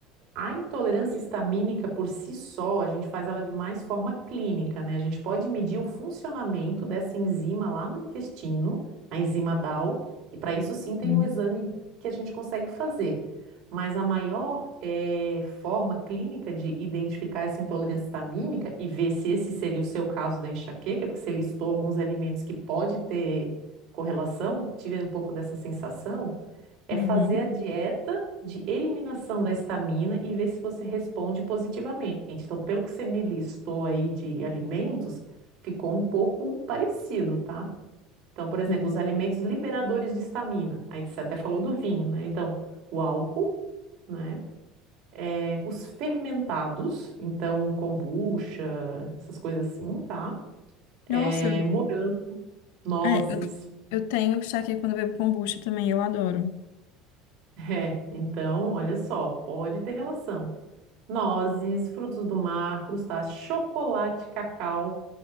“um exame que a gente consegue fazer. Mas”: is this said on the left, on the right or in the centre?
Right